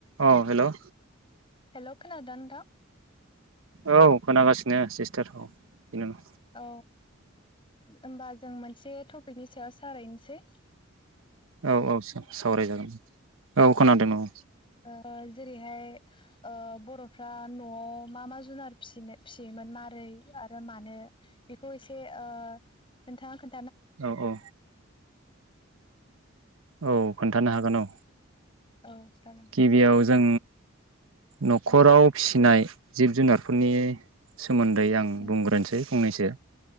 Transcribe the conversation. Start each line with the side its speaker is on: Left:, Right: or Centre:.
Right: अ हेलौ
Left: हेलौ खोनादोंना नोंथां?
Right: औ खोनागासिनो सिस्टारखौ। बिनेमा
Left: औ होमबा जों मोनसे टपिकनि सायाव सारायनोसै।
Right: औ औ सार सावरायजागोन। औ खोनादों औ
Left: ओ जेरैहाय बर'फ्रा ओ न'आव मा मा जुनारिनो फिसियोमोन माबोरै आरो मानो बेखौ एसे ओ नोंथाङा खो
Right: औ औ औ खोन्थानो हागोन औ
Left: औ जागोन
Right: गिबियाव जों न'खराव फिसिनाय जिब जुनारफोरनि सोमोन्दै आं
Left: उम
Right: बुंग्रोनोसै फंनैसो